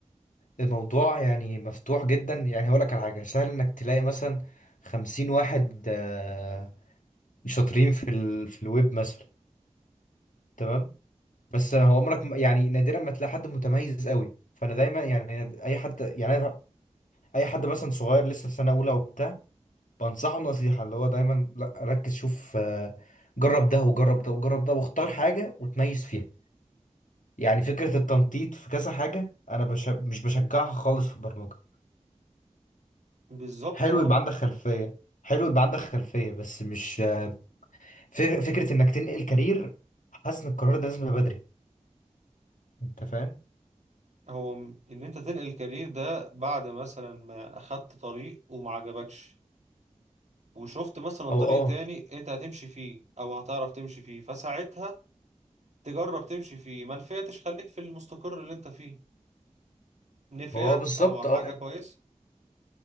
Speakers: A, on the left; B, on the right.
A: الموضوع يعني مفتوح جدا يعني هقول لك على حاجة سهل انك تلاقي مثلا خمسين واحد آه، شاطرين في ال... في الويب مثلا تمام بس هو عمرك ما- يعني نادرا ما تلاقي حد متميز قوي فانا دايما يعني اي حد يعني أنا- اي حد مثلا صغير لسه في سنه اولى وبتاع بنصحه نصيحه اللي هو دايما لا ركز شوف آه، جرب ده وجرب ده وجرب ده واختار حاجه وتميز فيها يعني فكره التنطيط في كذا حاجه انا بش... مش بشجعها خالص في البرمجه
B: بالظبط
A: حلو
B: اه
A: يبقى عندك خلفيه حلو يبقى عندك خلفيه بس مش آه، فك- فكره انك تنقل كارير حاسس ان القرار ده لازم يبقى بدري انت فاهم
B: هو م- ان انت تنقل الكارير ده بعد مثلا ما اخدت طريق وما عجبكش وشفت مثلا
A: او
B: طريق
A: اه
B: تاني انت هتمشي فيه او هتعرف تمشي فيه فساعتها تجرب تمشي فيه ما نفعتش خليك في المستقر اللي انت فيه نفعت
A: هو بالظبط
B: او حاجة
A: اه
B: كويسة